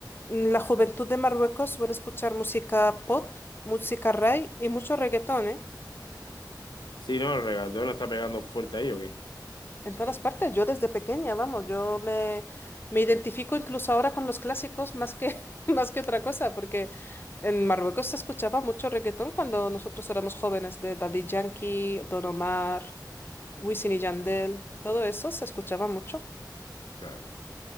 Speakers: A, on the left; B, on the left.
A: la juventud de Marruecos suele escuchar música pop, música ray y mucho reggaetón, ¿eh?
B: Sí, no, el regatón está pegando fuerte ahí, ¿o qué?
A: En todas partes. Yo desde pequeña, vamos, yo me, me identifico incluso ahora con los clásicos más que, <laughs> más que otra cosa, porque en Marruecos se escuchaba mucho reggaetón cuando nosotros éramos jóvenes, de Daddy Yankee, Don Omar, Wisin y Yandel, todo eso se escuchaba mucho.
B: Claro.